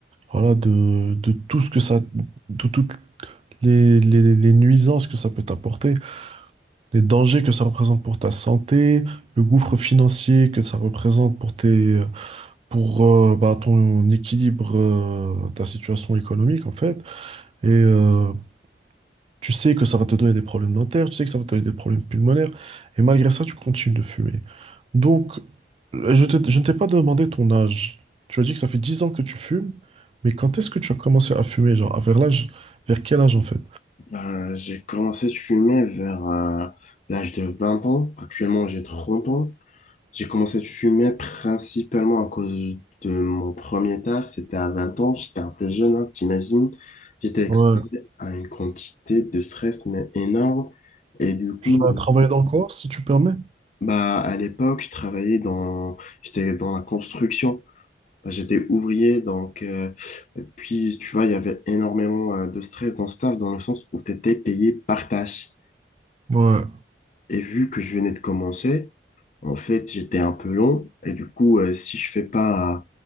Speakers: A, on the right; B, on the left.
A: Voilà, de, de tout ce que ça, de toutes les, les- les nuisances que ça peut t'apporter, les dangers que ça représente pour ta santé, le gouffre financier que ça représente pour tes, pour euh, bah, ton équilibre, euh, ta situation économique en fait, et euh, tu sais que ça va te donner des problèmes dentaires, tu sais que ça va te donner des problèmes pulmonaires, et malgré ça, tu continues de fumer. Donc, euh, je te- je ne t'ai pas demandé ton âge. Tu as dit que ça fait 10 ans que tu fumes, mais quand est-ce que tu as commencé à fumer, genre, à vers l'âge, vers quel âge en fait?
B: Ben, j'ai commencé à fumer vers euh, l'âge de 20 ans. Actuellement, j'ai 30 ans. J'ai commencé à fumer principalement à cause de mon premier taf. C'était à 20 ans. J'étais un peu jeune, hein, t'imagines. J'étais exposé
A: Ouais.
B: à une quantité de stress, mais énorme. Et du coup,
A: Tu dois travailler dans le corps, si tu permets?
B: Bah, à l'époque, je travaillais dans, j'étais dans la construction. Bah, J'étais ouvrier, donc, euh, et puis, tu vois, il y avait énormément euh, de stress dans ce taf, dans le sens où tu étais payé par tâche.
A: Ouais,
B: Et vu que je venais de commencer, en fait, j'étais un peu long, et du coup, euh, si je fais pas euh,